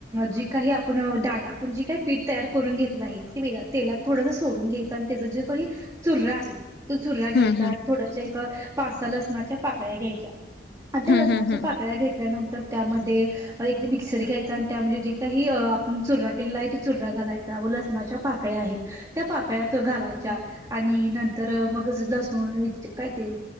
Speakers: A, on the right; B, on the left.
A: जी काही आपण डाळ आपण जी काही पीठ तयार करून घेतलं आहे. तेलात थोडस सोडून घ्यायचं आणि जे काही चुर्रा आहे. तो चुरा घ्यायचा,
B: हम्म हम्म
A: आणि थोडश एक पासा लसणाच्या पाकळ्या घ्यायच्या आणि त्या
B: हम्म
A: लसणाच्या
B: हम्म हम्म हम्म हम्म हम्म
A: पाकळ्या घेतल्यानंतर त्यामध्ये एक मिक्सर घ्यायचा आणि त्यामध्ये जे काही आपण चुरा केलेला आहे त चुरा घालायचा. लसनाच्या पाकळ्या आहेत त्या पाकळ्या तो घालाय च्या आणि नंतर मग लसूण काय ते